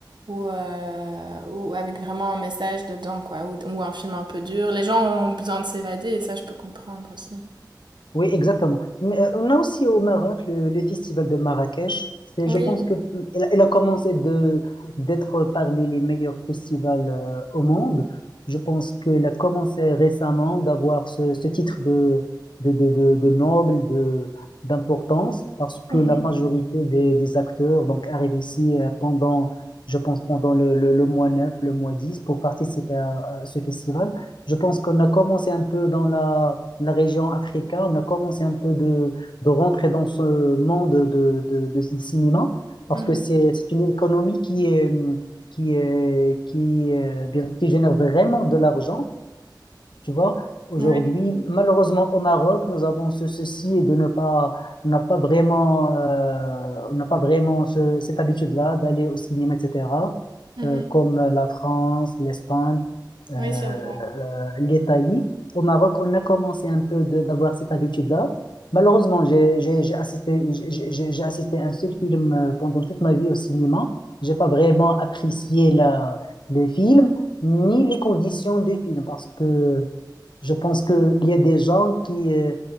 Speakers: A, on the right; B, on the left.
A: ou, euh, ou avec vraiment un message dedans, quoi, ou, ou un film un peu dur. Les gens ont besoin de s'évader et ça, je peux comprendre aussi.
B: Oui, exactement. Mais euh, on a aussi au Maroc le, le festival de Marrakech. C'est,
A: Oui.
B: je pense que euh, elle, elle a commencé de d'être parmi les meilleurs festivals euh, au monde. Je pense qu'elle a commencé récemment d'avoir ce, ce titre de, de, de, de, de noble, de, d'importance, parce que
A: Mhm.
B: la majorité des, des acteurs donc, arrivent ici euh, pendant, je pense, pendant le, le, le mois 9, le mois dix pour participer à à ce festival. Je pense qu'on a commencé un peu dans la la région africaine, on a commencé un peu de, de rentrer dans ce monde de, de, de ce cinéma parce
A: Mhm.
B: que c'est c'est une économie qui est, qui est, qui, euh, bien- qui génère vraiment de l'argent tu vois, aujourd'hui,
A: Ouais.
B: malheureusement au Maroc, nous avons ce souci de ne pas, on n'a pas vraiment, euh, on n'a pas vraiment ce- cette habitude-là d'aller au cinéma, etc.
A: Mhm.
B: euh, comme la France, l'Espagne, euh, euh,
A: Oui, c'est vrai.
B: l'Italie. Au Maroc, on a commencé un peu de- d'avoir cette habitude-là. Malheureusement, j'ai j'ai- j'ai assisté, j'ai j'ai- j'ai assisté à un seul film euh, pendant toute ma vie au cinéma. J'ai pas vraiment apprécié la, les films ni les conditions des films parce que je pense qu'il y a des gens qui, euh,